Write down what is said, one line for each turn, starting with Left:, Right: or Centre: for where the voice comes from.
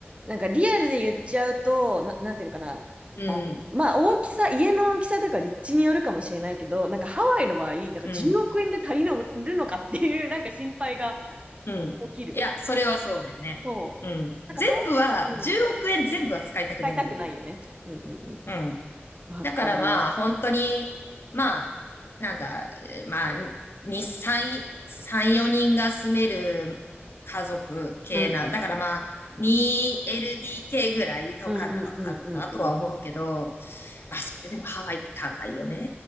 Right: なんかリアルで言っちゃうと、な、なんていうのかな。
Left: うん、
Right: まあ大きさ、家の大きさとか立地によるかもしれないけど、なんかハワイの場合、なんか10億円で足りるのかっていうなんか心配が
Left: うん、うん。
Right: 起きる。
Left: いや、それはそうだよね。
Right: そう。
Left: うん。全部は、
Right: なんかと、うん、
Left: 10億円全部は使いたくないんだよね。
Right: 使いたくないよね。うんうんう
Left: うん。
Right: ん。わかる。
Left: だからまあ、本当に、まあ、なんだ、まあ、に、三、三、四人が住める家族系な、
Right: うん
Left: だからまあ、2LDK ぐらいとかなのかなとは思うけど、
Right: うんうんうんうんうん。
Left: まあ、それでもハワイって高いよね。